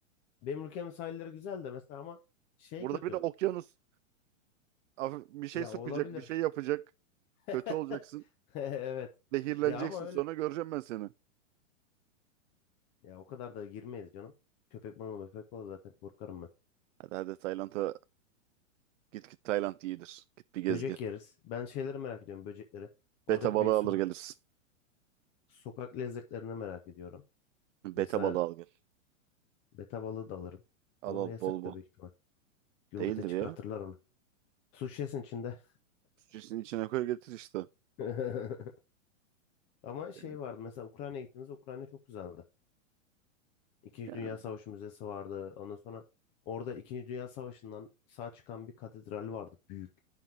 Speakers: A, on the left; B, on the right.
A: Benim ülkemin sahilleri güzel de mesela ama şey
B: Burada
A: kötü.
B: bir de okyanus. Af- Bir şey
A: Ya
B: sokacak,
A: olabilir.
B: bir şey yapacak.
A: <laughs>
B: Kötü olacaksın.
A: Evet.
B: Zehirleneceksin
A: Ya ama öyle.
B: sonra göreceğim ben seni.
A: Ya o kadar da girmeyiz canım. Köpek balığı, köpek balığı zaten korkarım ben.
B: Hadi hadi Tayland'a git git Tayland iyidir. Git bir gez
A: Böcek
B: gel.
A: yeriz. Ben şeyleri merak ediyorum böcekleri. Oradaki
B: Beta balığı
A: bir sokak,
B: alır gelirsin.
A: sokak lezzetlerini merak ediyorum.
B: Beta
A: Mesela
B: balığı al gel.
A: beta balığı da alırım. Ama
B: Al
A: o
B: al
A: yasaktır
B: bol bol.
A: büyük ihtimal. Gümrüte
B: Değildir
A: çıkartırlar
B: ya.
A: onu. Su şişesinin içinde.
B: Sütçesinin içine koy getir işte.
A: <laughs> Ama şey
B: Yani,
A: vardı mesela Ukrayna'ya gittiğimizde Ukrayna çok güzeldi. İkinci
B: yani
A: Dünya Savaşı Müzesi vardı. Ondan sonra orada İkinci Dünya Savaşı'ndan sağ çıkan bir katedral vardı büyük.